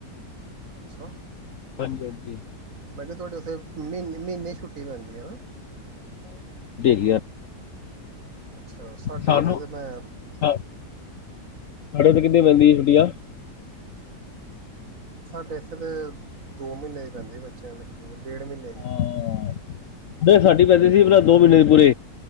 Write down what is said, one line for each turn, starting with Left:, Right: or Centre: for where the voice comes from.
Right: ਅੱਛਾ।
Left: ਹਾਂਜੀ ਹਾਂਜੀ
Right: ਮੈਂ ਕਿਹਾ ਤੁਹਾਡੇ ਉੱਥੇ ਮਹੀਨੇ-ਮਹੀਨੇ ਛੁੱਟੀ ਪੈਂਦੀ ਹੈ ਨਾ।
Left: <unintelligible>
Right: ਅੱਛਾ ਸਾਡੇ
Left: ਸਾਨੂੰ
Right: ਇੱਥੇ ਤਾਂ ਮੈਂ
Left: ਸਾਡੇ ਤੇ ਕਿੰਨੀ ਪੈਂਦੀ, ਇੰਡੀਆ,
Right: ਸਾਡੇ ਇੱਥੇ ਤਾਂ ਦੋ ਮਹੀਨੇ ਦੀ ਪੈਂਦੀ ਬੱਚਿਆਂ ਨੂੰ ਡੇਢ ਮਹੀਨੇ ਦੀ
Left: ਹਾਂ ਨਹੀਂ ਸਾਡੀ ਪੈਂਦੀ ਸੀ ਪਹਿਲਾ ਦੋ ਮਹੀਨੇ ਦੀ, ਪੂਰੇ